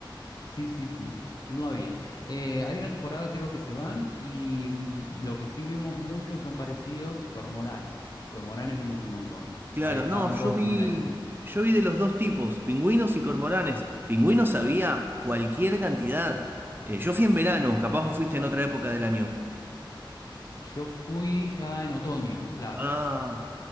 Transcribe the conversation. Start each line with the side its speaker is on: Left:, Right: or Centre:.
Left: Sí, sí, sí. No había. Eh, hay una temporada creo que se van y mm, lo que sí vimos muchos son parecidos, cormoranes. Cormoranes vimos un montón.
Right: Claro,
Left: Ahí estaban
Right: no, yo
Left: todos
Right: vi,
Left: en una isla.
Right: yo vi de los dos tipos, pingüinos y cormoranes. Pingüinos había cualquier cantidad. Eh, yo fui en verano, capaz vos fuiste en otra época del año.
Left: Yo fui ya en otoño, claro.
Right: Ah,